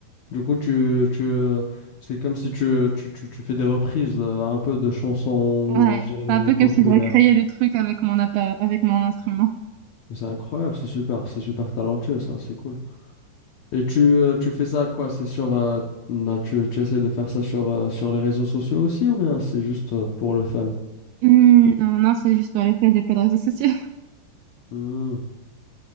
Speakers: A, on the left; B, on the right.
A: Du coup, tu, tu, euh, c'est comme si tu, tu, tu, tu fais des reprises euh, un peu de chansons,
B: Ouais,
A: je
B: c'est
A: dirais,
B: un peu comme
A: populaires.
B: si je recréais le truc avec mon appa- avec mon instrument.
A: Mais C'est incroyable, c'est super, c'est super talentueux, ça, c'est cool. Et tu, euh, tu fais ça quoi? C'est sur, euh, ben, tu, tu essaies de faire ça sur, euh, sur les réseaux sociaux aussi ou bien c'est juste euh, pour le fun?
B: Hmm, non, non, c'est juste pour les faire des plaies de réseaux sociaux.
A: Hmm.